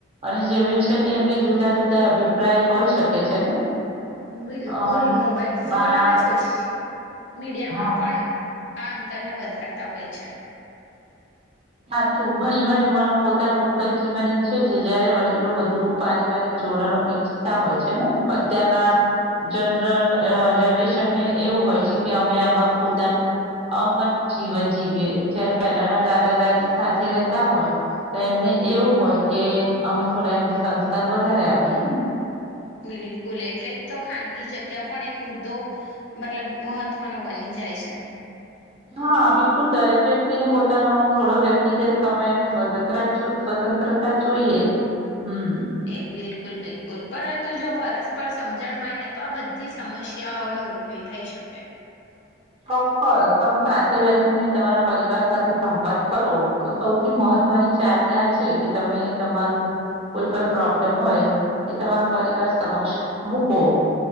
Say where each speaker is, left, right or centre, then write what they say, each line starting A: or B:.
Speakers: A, on the right (about 30°); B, on the left (about 65°).
A: અને જીવનશૈલી અંગે જુદા જુદા અભિપ્રાય હોઈ શકે છે ને.
B: બિલકુલ,
A: અ
B: મોબાઈલ ફોન
A: બા
B: અને સોશ મીડિયામાં
A: હા
B: પણ. આ અંતરને વધારતા હોય છે.
A: સાચું, ઘણી વાર યુવાનો પોતાનું અંગત જીવન ઈચ્છે છે, જયારે વડીલો વધુ પારિવારિક જોડાણો ઈચ્છતા હોય છે ને. અત્યારના જનર જનરેશનને એવું હોય છે કે, અમે અમારું પોતાનું અંગત જીવન જીવીએ, જ્યારે પહેલાના દાદા-દાદી. સાથે રહેતા હોય, તો એમને એવું હોય કે, અમે થોડા એમને સંસ્કાર વધારે આપીએ ને.
B: બિલકુલ એટલે તો ખાનગી જગ્યા પણ એક મુદ્દો મતલબ મહત્વનો બની જાય છે
A: હા બિલકુલ દરેક વ્યક્તિને પોતાનો થોડો વ્યક્તિગત સમય અને સ્વતંત્ર સ્વતંત્રતા જોઈએ હમ
B: એ બિલકુલ બિલકુલ પરંતુ જો પરસ્પ પર સમજણ હોય ને તો આ બધી સમસ્યાઓનોો ઉકેલ થઈ શકે
A: ચોક્કસ તમે સાથે બેસીને તમારા પરિવાર સાથે સંવાદ કરો તો સૌથી મહત્વની ચાવી આ છે કે તમે તમારું કોઈ પણ પ્રોબ્લેમ હોય એ તમારા પરિવાર સમક્ષ મૂકો